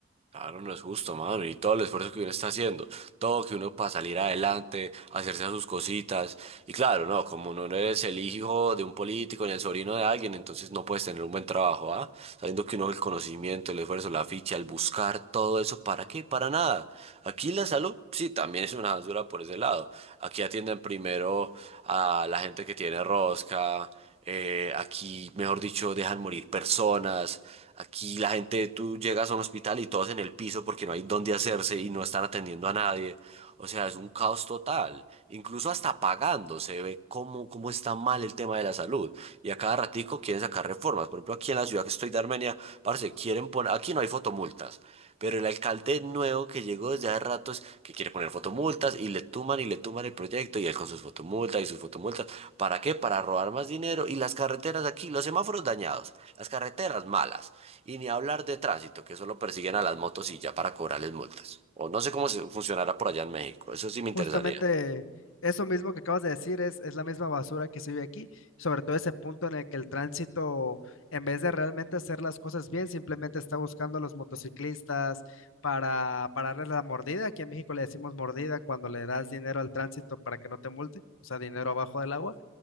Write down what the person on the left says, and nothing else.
Justamente
eso mismo que acabas de decir es, es la misma basura que se vive aquí, sobre todo ese punto en el que el tránsito, en vez de realmente hacer las cosas bien, simplemente está buscando a los motociclistas para, para darle la mordida. Aquí en México le decimos mordida cuando le das dinero al tránsito para que no te multe, o sea, dinero abajo del agua,